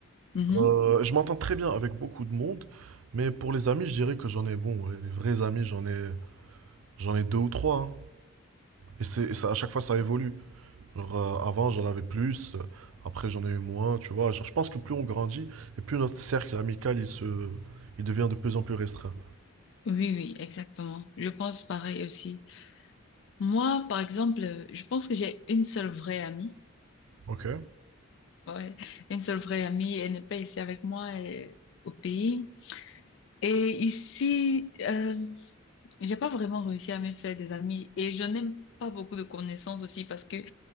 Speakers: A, on the left; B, on the right.
A: Mhm.
B: Euh, je m'entends très bien avec beaucoup de monde, mais pour les amis, je dirais que j'en ai, bon, ouais, les vrais amis, j'en ai, j'en ai deux ou trois, hein. Et c'est et ça, à chaque fois, ça évolue. Genre, euh, avant, j'en avais plus, euh, après, j'en ai eu moins, tu vois. Genre, je pense que plus on grandit, et plus notre cercle amical, il se, il devient de plus en plus restreint.
A: Oui, oui, exactement. Je pense pareil aussi. Moi, par exemple, euh, je pense que j'ai une seule vraie amie.
B: Ok.
A: Ouais, une seule vraie amie, elle n'est pas ici avec moi, elle est au pays. Et ici, euh, j'ai pas vraiment réussi à me faire des amis et je n'aime pas beaucoup de connaissances aussi parce que